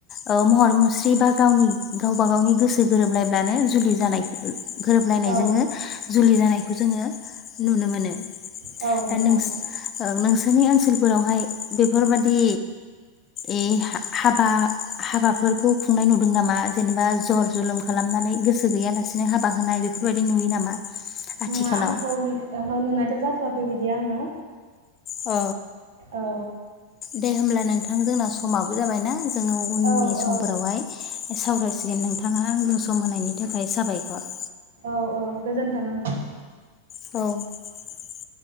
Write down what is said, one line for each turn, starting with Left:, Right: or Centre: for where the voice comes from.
Left: औ महर मुस्रि बा गावनि गावबा गावनि गोसो गोरोबलायब्लानो जुलि जानाय गोरोबलायनायजोंनो
Right: औ
Left: जुलि जानाय जोङो नुनो मोनो
Right: औ औ नोंथां
Left: ओ नोंस नोंस नि ओनसोलफोरावहाय बेफोरबादि ए हा-हाबा-हाबाफोरखौ खुंनाय नुदों नामा जेनेबा जर जुलुम खालामनानै गोसो गैयालासेनो हाबा होनाय बेफोरबायदि नुयो नामा? आथिखालाव
Right: नङा आंथ' बि ओहो नुनायथ' जा थ'वाखै बिदि आङो
Left: अ
Right: औ
Left: दे होमब्ला नोंथां जोंना समाबो जाबायना जोङो उननि
Right: औ
Left: समफोरावहाय
Right: औ
Left: सावरायसिगोन नोंथाङा आंजों सम होनायनि थाखाय साबायखर।
Right: औ गोजोनथों नोंथां
Left: औ